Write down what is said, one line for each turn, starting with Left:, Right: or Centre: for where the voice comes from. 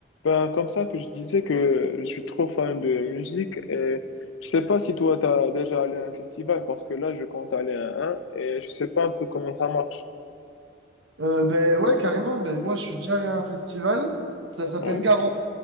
Left: Ben, comme ça que je disais que je suis trop fan de musique et je sais pas si toi t'as déjà allé à un festival parce que là je compte aller à un et je sais pas un peu comment ça marche.
Right: Euh, ben ouais, carrément. Ben, moi, je suis déjà allé à un festival. Ça s'appelle
Left: Ouais,
Right: Garant.